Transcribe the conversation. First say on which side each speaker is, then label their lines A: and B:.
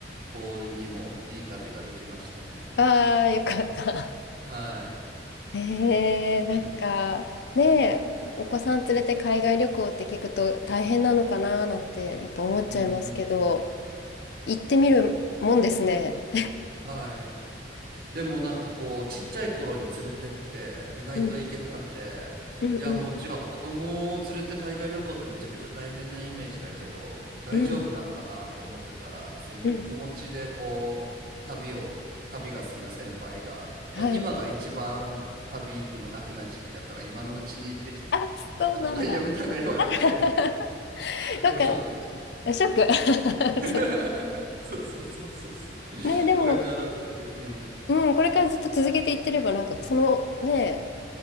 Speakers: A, on the right; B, on the left.
A: 幸運にもいい旅ができましたね
B: ああ、よかった。
A: はい
B: <laughs> ええなんか、
A: うん
B: ねえ、お子さん連れて海外旅行って聞くと大変なのかななんて、やっぱ思っちゃいますけど、
A: うんうんうん
B: 行ってみるもんですね。
A: はいでもなんかこうちっちゃい頃に連れてって意外と行けたんで
B: うん、うん、
A: いやもうじゃあ子供を連れて海外旅行ってめちゃくちゃ大変なイメージだけど大丈夫なんかなと思ってたらその子持ちでこう旅を旅が好きな先輩がいや今が一番旅行くの楽な時期だから今のうちに行ってき行っといた方がいいよみたいな言われて
B: うん、うん、うん。はい。あ、そうなんだ。<laughs>
A: <laughs> 結構ショックでした
B: なんか、ショック。
A: <laughs>
B: <laughs> そう
A: そうそうそうそうそう
B: ね、でも、
A: これから全然うん
B: うん、これからずっと続けていってれば、なんか、その、ね、